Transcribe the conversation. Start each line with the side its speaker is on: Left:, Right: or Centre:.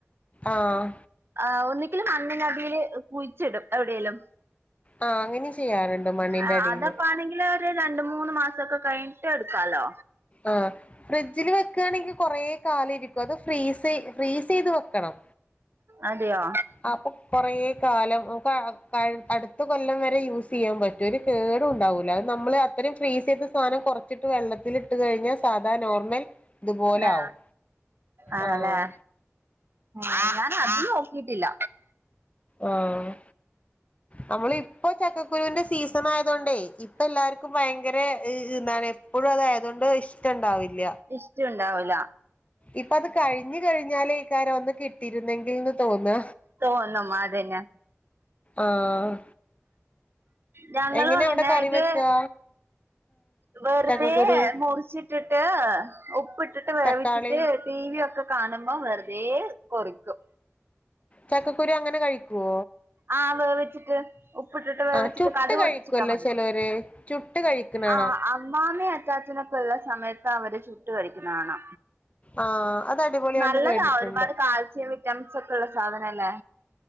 Left: ആഹ്
Right: ആ ഒന്നിങ്കില് മണ്ണിനടീല് കുഴിച്ചിടും എവ്ടീലും
Left: ആഹ് അങ്ങനെ ചെയ്യാറുണ്ട് മണ്ണിന്റെ
Right: ആഹ്
Left: അടിയില്.
Right: അതപ്പാണെങ്കില് രണ്ട് മൂന്ന് മാസൊക്കെ കയിൻട്ട് ഇടുക്കാലോ.
Left: ആഹ് ഫ്രിഡ്ജില് വെക്കാണെങ്കിൽ കൊറേ കാലിരിക്കും അത് ഫ്രീസെ ഫ്രീസെയ്ത് വെക്കണം.
Right: അതെയോ
Left: അപ്പൊ കൊറേ കാലം ക കഴ് അടുത്ത കൊല്ലം വരെ യൂസ്സെയ്യാൻ പറ്റും ഒരു കേട് ടുണ്ടാവൂല്ല അത് നമ്മള് അത്രെം ഫ്രീസെയ്ത സാനം കൊർച്ചിട്ട് വെള്ളത്തില് ത് കഴിഞ്ഞാ സാധാ നോർമൽ തുപോലെ
Right: ആഹ്
Left: ആവും
Right: ആണല്ലേ
Left: ആഹ്
Right: ആഹ് ഞാൻ അത് നോക്കിയിട്ടില്ല
Left: ആഹ് നമ്മള ഇപ്പൊ ചക്കക്കുരുന്റെ സീസൺ സണായതോണ്ടേ ഇപ്പ എല്ലാർക്കു ഭയങ്കര <unintelligible> എപ്പോഴും അതായതോണ്ട് ഇഷ്ടണ്ടാവില്ല
Right: ഇഷ്ടണ്ടാവൂല.
Left: ഇപ്പ അത് കഴിഞ്ഞു കഴിഞ്ഞാലൈ കാ രം ഒന്ന് കിട്ടിയിരുന്നെങ്കിൽന്ന് തോന്ന
Right: തോന്നമാരിയെന്ന
Left: ആഹ്
Right: ഞങ്ങളു
Left: എങ്ങനെ
Right: അങ്ങന്നെത്
Left: അവിടെ കറി വെക്കാ
Right: വെർതെ
Left: ചക്കക്കുരു
Right: മുറിച്ചിട്ടിട്ട് ഉപ്പിട്ടിട്ട് വേവിച്ചിട്ട്
Left: തക്കാളി
Right: ടി വി യൊക്കെ കാണുമ്പോം വെർതെ കൊറിക്കും.
Left: ചക്കക്കുരു അങ്ങനെ കഴിക്കോ
Right: ആഹ് വേവിച്ചിട്ട് ഉപ്പിട്ടിട്ട് വേവിച്ചിട്ട്
Left: ആഹ് ചുട്ട്
Right: കടു പൊട്ടിച്ചിട്ടാ
Left: കഴിക്കുവല്ലോ
Right: മതി
Left: ചെലോര് ചുട്ട് കഴിക്കണ കാണാം
Right: ആഹ് അ മ്മാമെ അച്ചാച്ചനൊക്കെ ഉള്ള സമയത്ത് അവര് ചിട്ട് കളിക്കുന്ന കാണാ
Left: ആഹ് അത് അടിപൊളിയാന്ന്
Right: നല്ലതാ
Left: കേട്ടിട്ടുണ്ട്
Right: ഒരുപാട് കാൽസ്യം വിറ്റാമിൻ സെക്കെ ഉള്ള സാധനല്ലേ.